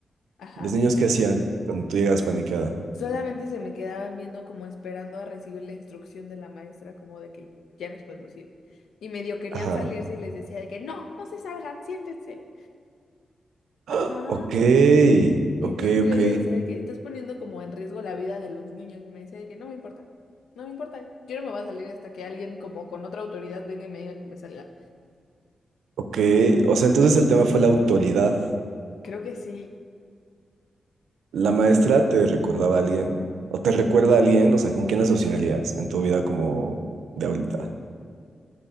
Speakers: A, on the left; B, on the right.
A: Ajá.
B: Los niños qué hacían cuando tú llegabas paniqueada.
A: Solamente se me quedaban viendo como esperando a recibir la instrucción de la maestra, como de que ya nos podemos ir. Y medio querían
B: Ajá.
A: salirse y les decía de que, ¡no! ¡No se salgan! ¡Siéntense!
B: ¡Ah!
A: Ajá.
B: Ok,
A: Y
B: ok,
A: entonces
B: ok,
A: yo le decía de que estás poniendo como en riesgo la vida de los niños. Y me decía de que no me importa, no me importa. Yo no me voy a salir hasta que alguien como con otra autoridad venga y me diga que me salga.
B: ok. O sea, entonces el tema fue la autoridad.
A: Creo que sí.
B: ¿La maestra te recordaba a alguien? ¿O te recuerda a alguien? O sea, ¿con quién la asociarías en tu vida como de ahorita?